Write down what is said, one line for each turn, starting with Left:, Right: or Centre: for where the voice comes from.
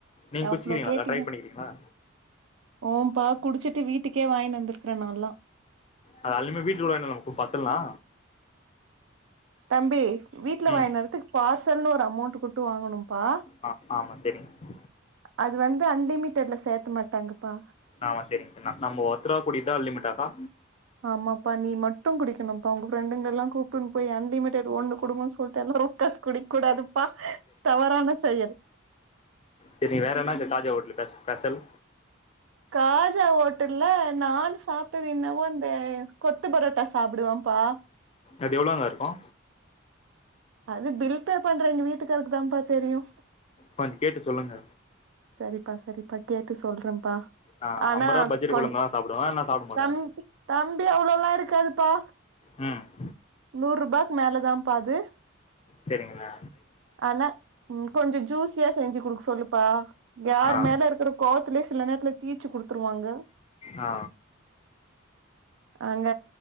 Left: நீங்க
Right: எவ்ளோ
Left: குச்சிக்கிறீங்களாக்கா
Right: கேட்டீங்க
Left: ட்ரை பண்ணிக்கிறீங்களா
Right: ஓம்பா குடிச்சிட்டு வீட்டுக்கே வாங்கினு வந்திருக்கறே நான்லா
Left: அது அலுமே <unintelligible> வீட்டுல உள்ள என்ன நம்மக்கு பத்தலனா
Right: தம்பி வீட்ல
Left: ம்
Right: வாங்கினு வரதுக்கு பார்சல்னு ஒரு அமௌண்ட் குடுத் து வாங்கணும்ப்பா
Left: ஆ ஆமா சரிங்க
Right: அது வந்து அன்லிமிடட்ல சேக்க மாட்டாங்கப்பா
Left: ஆமா சேரிங்கா நம்ம ஒருத்தரா குடிக்றதுதா அன்லிமிடடாக்கா
Right: ஆமாப்பா நீ மட்டு குடிக்கணும்ப்பா உங்க ஃப்ரெண்டுங்கள எல்லா கூப்பிட்டுனு போயி அன்லிமிடட் ஒன்னு குடுங்கன்னு சொல்ட்டு எல்லாரு <unintelligible> குடிக்க கூடாதுப்பா தவறான செயல்
Left: சேரிங்க வேற என்னங்க காஜா ஹோட்டல் பெஷ் ஸ்பெஷல்
Right: காஜா ஹோட்டல்ல நான் சாப்பிட்டது என்னவோ அந்த கொத்து பரோட்டா சாப்பிடுவேன்ப்பா
Left: அது எவ்வளோங்க இருக்கு
Right: அது பில் பே பண்ற எங்க வீட்டுக்காருக்கு தாப்பா தெரியு
Left: கொஞ்சோ கேட்டு சொல்லுங்க
Right: சேரிப்பா சேரிப்பா கேட்டு சொல்றம்ப்பா
Left: ஆ
Right: ஆனா
Left: அம்பரூவா பஜ்ஜில
Right: கொஞ்
Left: கொழம்பு தா சாப்டுவே இல்லனா சாப்ட மாட்டே
Right: தம் தம்பி அவ்ளோல்லா இருக்காதுப்பா
Left: ம்
Right: நூறு ரூபாக்கு மேலதாம்ப்பா அது
Left: சேரிங்கலா
Right: ஆனா கொஞ்சோ ஜூசியா செஞ்சு குடுக்க சொல்லுப்பா யார்
Left: ஆ
Right: மேல இருக்கற கோவத்துலயே சில நேரத்துல தீச்சு குடுத்துருவாங்க
Left: ஆ
Right: அங்க